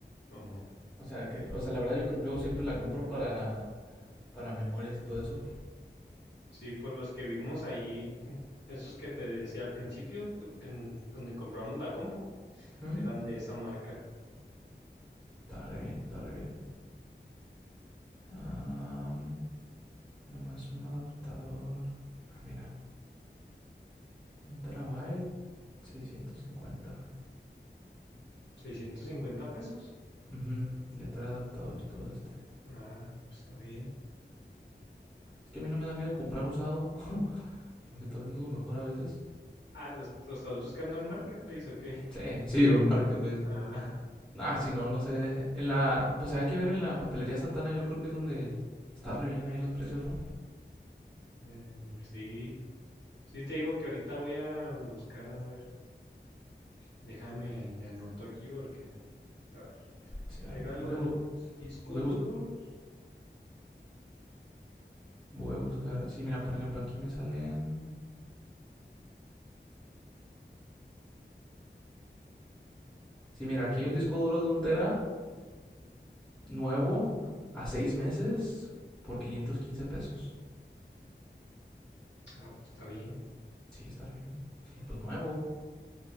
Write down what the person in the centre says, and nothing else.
O sea, que, o sea, la verdad yo, yo siempre la compro para, para memorias y todo eso.
Ujú.
Está re bien, está re bien. Am, nomás un adaptador. Ah, mira, un terabyte, 650.
Ujú, Ya trae adaptador y todo este.
Es que a mí no me da miedo comprar usado, <laughs> aunque tal vez no es lo mejor a veces.
Sí, sí, un marketplace.
un- Ah, si no, no sé. En la, pues hay que ver en la papelería Santana, yo creo que es donde está re bien ahí los precios, ¿no?
Sí, a
ver,
yo voy
a, bu-
voy a
buscar Voy a buscar. Sí, mira, por ejemplo, aquí me salen. Sí, mira, aquí hay un disco duro de un tera nuevo a seis meses por 515 pesos.
Sí, está re bien. Y pues nuevo.